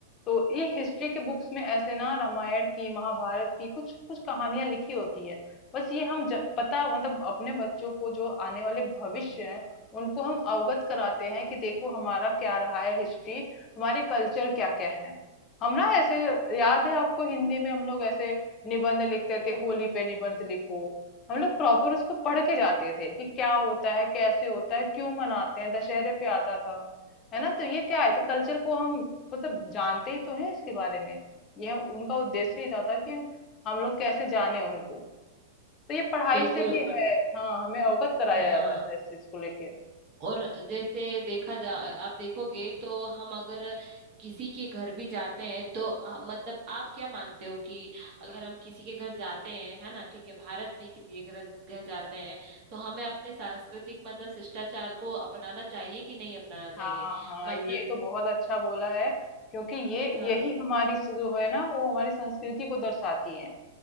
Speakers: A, on the left; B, on the right.
A: तो ये हिस्ट्री के बुक्स में ऐसे ना रामायण की महाभारत की कुछ कुछ कहानियां लिखी होती है बस ये हम जब पता मतलब अपने बच्चों को जो आने वाले भविष्य है उनको हम अवगत कराते हैं कि देखो हमारा क्या रहा है हिस्ट्री हमारे कल्चर क्या क्या है हम ना ऐसे याद है आपको हिंदी में हम लोग ऐसे निबंध लिखते थे होली पे निबंध लिखो हम लोग प्रॉपर उसको पढ़ के जाते थे कि क्या होता है कैसे होता है क्यों मनाते हैं दशहरे पे आता था है ना तो ये क्या है तो कल्चर को हम मतलब जानते ही तो हैं इसके बारे में ये हम- उनका उद्देश्य ही था, था कि हम हम लोग कैसे जाने उनको तो ये पढ़ाई
B: बिल्कुल
A: से भी
B: और
A: है हाँ हमें अवगत कराया
B: हाँ
A: जाता था इस चीज को लेके
B: और जैसे देखा जा आप देखोगे तो हम अगर किसी के घर भी जाते हैं तो आ, मतलब आप क्या मानते हो कि अगर हम किसी के घर जाते हैं है ना ठीक है भारत में किसी के घर घर जाते हैं तो हमें अपने सांस्कृतिक मतलब शिष्टाचार को अपनाना चाहिए कि नहीं अपनाना चाहिए
A: हाँ हाँ
B: मतलब
A: ये तो बहुत अच्छा बोला है क्योंकि ये
B: हाँ
A: यही हमारी जो है ना वो हमारी संस्कृति को दर्शाती है